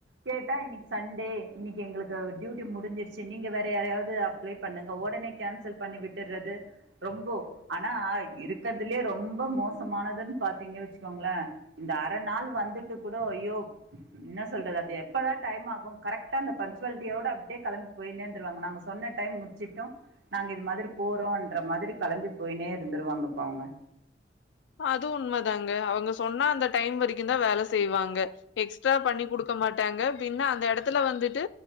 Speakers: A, on the right; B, on the left.
A: கேட்டா இன்னிக்கு சண்டே இன்னிக்கு எங்களுக்கு டியூட்டி முடிஞ்சிருச்சி நீங்க வேற யாராவது அப்ளே பண்ணுங்க ஒடனே கேன்சல் பண்ணி விட்டுறது ரொம்போ ஆனா இருக்கறதுலியே ரொம்போ மோசமானதுன் பாத்தீங்க வச்சிக்கோங்கள இந்த அர நாள் வந்துட்டு கூட ஐயோ என்ன சொல்றது அது எப்பதா டைம் ஆகு கரெக்டா அந்த பன்ச்சுவாலிட்டியோட அப்டியே கலம்பி போய்னேந்துருவாங்க நாங்க சொன்ன டைம் முடிச்சிட்டோ நாங்க இது மாரி போறோன்ற மாதிரி கலம்பி போய்னே இருந்துருவாங்கப்பா அவுங்க
B: அது உண்மதாங்க அவங்க சொன்னா அந்த டைம் வரைக்குந்தா வேல செய்வாங்க எக்ஸ்ட்ரா பண்ணி குடுக்க மாட்டாங்க பின்ன அந்த எடத்துல வந்துட்டு